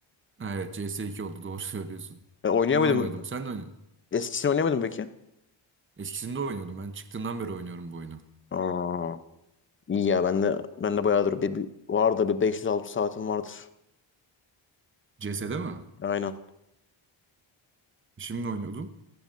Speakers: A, on the right (about 25°); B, on the left (about 25°).
A: Ha, Evet cs iki oldu doğru <laughs> söylüyorsun.
B: E, oynuyor
A: Onu
B: muydun?
A: oynuyordum. Sen de oynuyordun.
B: Eskisini oynayamadım peki.
A: Eskisinde oynuyordum. Ben çıktığından beri oynuyorum bu oyunu.
B: Aa, İyi ya ben de ben de bayağıdır bir, bir vardır bir 500-600 saatim vardır.
A: CS'de mi?
B: Aynen.
A: Şimdi oynuyordum.